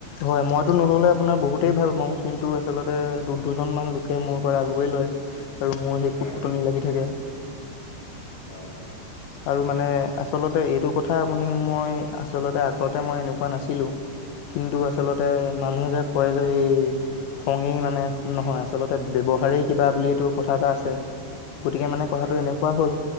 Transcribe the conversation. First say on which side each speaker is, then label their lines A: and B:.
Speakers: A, on the left (about 80°); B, on the left (about 30°).
A: হয় মইতো নল'লে আপোনাৰ বহুতেই ভাল পাওঁ কিন্তু আচলতে দু- দুজনমান লোকে মোৰ পৰা লৱেই লয়। আৰু মোৰ সেই
B: হয়
A: কুট -কুটনি লাগি থাকে
B: হয়।
A: <inaudible> আৰু মানে আচলতে এইটো কথা আপুনি মই আচলতে আগতে মই এনেকুৱা নাছিলোঁ কিন্তু আচলতে মানুহে যে কয় যে এই খঙেই মানে নহয় আচলতে ব্যৱহাৰেই কিবা বুলি এইটো কথা এটা আছে গতিকে মানে কথাটো
B: হয়
A: এনেকুৱা হ'ল